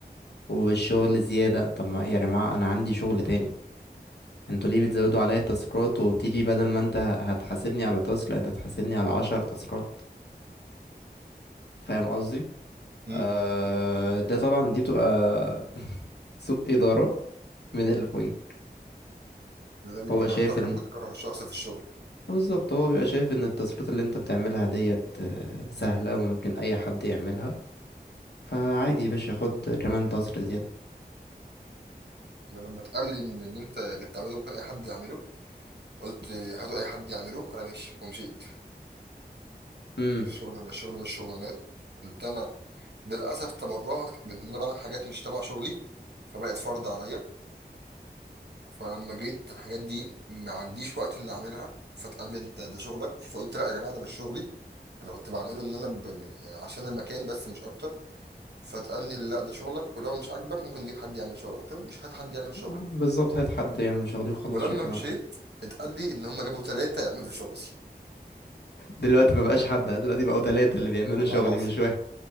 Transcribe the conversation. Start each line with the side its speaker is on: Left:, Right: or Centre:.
Left: والشغل زيادة طب ما يا جماعة انا عندي شغل تاني انتوا ليه بتزودوا عليا التاسكات وبتيجي بدل ما انت هتحاسبني على تاسك لا انت هتحاسبني على عشر تاسكات فاهم قصدي
Right: امم
Left: آه ده طبعا دي بتبقى <laughs> سوء إدارة من اللي فوقيك
Right: ده بيكون
Left: هو مم. شايف
Right: اكتر حاجه
Left: ان
Right: ممكن تكرهها الشخص في الشغل
Left: آه، بالظبط هو بيبقى شايف ان التصريفات اللي انت بتعملها ديت آه، سهلة وممكن أي حد يعملها فعادي يا باشا خد كمان تصرف زيادة
Right: انا لما اتقال لي ان ان انت اللي بتعمله ده ممكن اي حد يعمله قلت هاتوا اي حد يعمله انا ماشي ومشيت
Left: امم
Right: الشغل الشغل مش شغلانات قلت انا للأسف تبرعت بإن أنا بعمل حاجات مش تبع شغلي فبقت فرض عليا فلما جيت الحاجات دي ما عنديش وقت إن أعملها فاتقال لي أنت ده شغلك فقلت لا يا جماعة ده مش شغلي أنا كنت بعمله إن أنا ب... يعني عشان المكان بس مش أكتر فاتقال لي لا ده شغلك ولو مش عاجبك ممكن نجيب حد يعمل شغلك قلت له مش هات حد يعمل شغلي
Left: آه، بالظبط هات حد يعمل شغلي وخلص
Right: ولما
Left: شغل انا
Right: مشيت اتقال لي إن هم جابوا ثلاثة يعملوا شغلي
Left: دلوقتي مبقاش حد آه، دلوقتي بقوا تلاتة اللي بيعملوا
Right: والله
Left: شغلي
Right: العظيم
Left: مش واحد